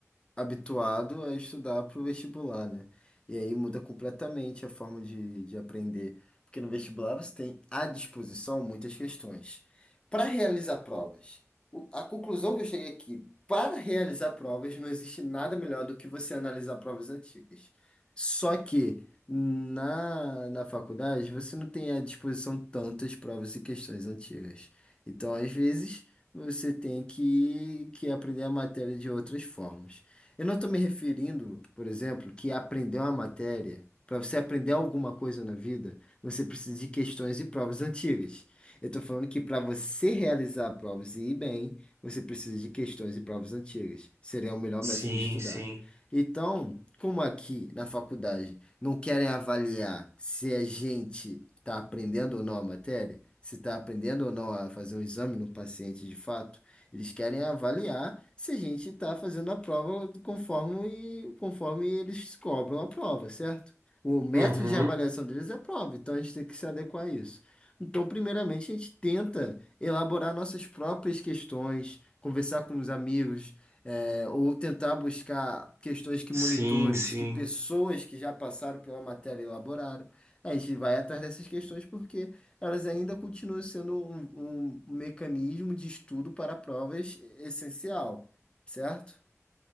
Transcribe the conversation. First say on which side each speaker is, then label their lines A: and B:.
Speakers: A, on the left; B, on the right.
A: habituado a estudar para o vestibular, né? E aí muda completamente a forma de, de aprender, porque no vestibular você tem à disposição muitas questões. Para realizar provas, o- a conclusão que eu cheguei aqui, para realizar provas, não existe nada melhor do que você analisar provas antigas. Só que na, na faculdade você não tem à disposição tantas provas e questões antigas. Então, às vezes, você tem que, que aprender a matéria de outras formas. Eu não estou me referindo, por exemplo, que aprender uma matéria, para você aprender alguma coisa na vida, você precisa de questões e provas antigas. Eu estou falando que para você realizar provas e ir bem, você precisa de questões e provas antigas. Seria o melhor
B: Sim,
A: método de estudar.
B: sim.
A: Então, como aqui na faculdade não querem avaliar se a gente está aprendendo ou não a matéria, se está aprendendo ou não a fazer um exame no paciente de fato, eles querem avaliar se a gente está fazendo a prova conforme, conforme eles cobram a prova, certo? O método
B: Uhum.
A: de avaliação deles é a prova, então a gente tem que se adequar a isso. Então, primeiramente, a gente tenta elaborar nossas próprias questões, conversar com os amigos, é, ou tentar buscar questões que
B: Sim,
A: monitores,
B: sim.
A: que pessoas que já passaram pela matéria elaboraram. A gente vai atrás dessas questões porque elas ainda continuam sendo um, um mecanismo de estudo para provas essencial, certo?